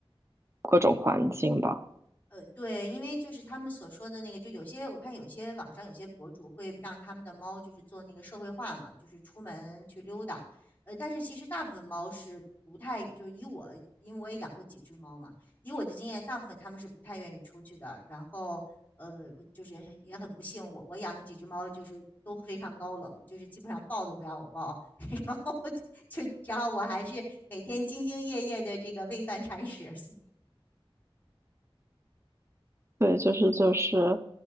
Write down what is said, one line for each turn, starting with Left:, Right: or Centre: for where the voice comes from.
Right: 各种环境吧。
Left: 呃，对，因为就是他们所说的那个，就有些我看有些网上有些博主会让他们的猫就是做那个社会化嘛，就是出门去溜达。呃，但是其实大部分猫是不太，就是以我，因为我也养过几只猫嘛，以我的经验，大部分它们是不太愿意出去的。然后，呃，就是也很不幸，我我养的几只猫就是都非常高冷，就是基本上抱都不让我抱，<laughs> 然后就，只然后我还是每天兢兢业业的这个喂饭铲屎，
Right: 对，就是就是，